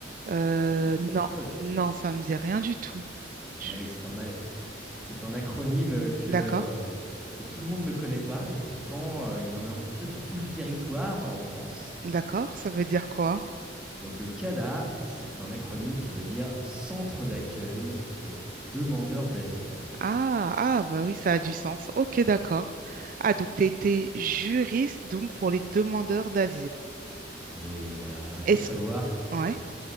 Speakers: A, on the right (about 50°); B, in the centre.
A: Euh,
B: Ça te dit quelque
A: non,
B: chose?
A: non, ça me dit rien du tout.
B: Eh
A: Je-
B: oui, c'est un, C'est un acronyme euh, que,
A: D'accord,
B: euh, que tout le monde ne connaît pas et pourtant euh, il y en a un petit peu sur tout le territoire euh, en France.
A: d'accord, ça veut dire quoi?
B: Donc le CADA, c'est un acronyme qui veut dire Centre d'accueil pour demandeurs d'asile.
A: Ah, ah, bah oui, ça a du sens. Ok, d'accord. Ah, donc tu étais juriste donc pour les demandeurs d'asile.
B: Oui, voilà. Alors il
A: Est-ce
B: faut savoir que...
A: ouais.
B: oui.